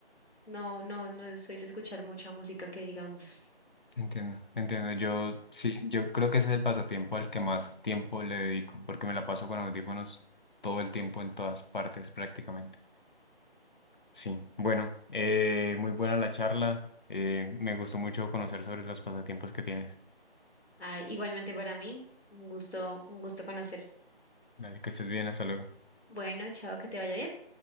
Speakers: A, on the left; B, on the left.
A: no, no, no soy de escuchar mucha música que digamos.
B: Entiendo, entiendo. Yo sí, yo creo que ese es el pasatiempo al que más tiempo le dedico, porque me la paso con audífonos todo el tiempo en todas partes prácticamente. Sí, bueno, eh, muy buena la charla. eh, me gustó mucho conocer sobre los pasatiempos que tienes.
A: Ah, igualmente para mí, un gusto, un gusto conocer.
B: Dale, que estés bien, hasta luego.
A: Bueno, chao, que te vaya bien.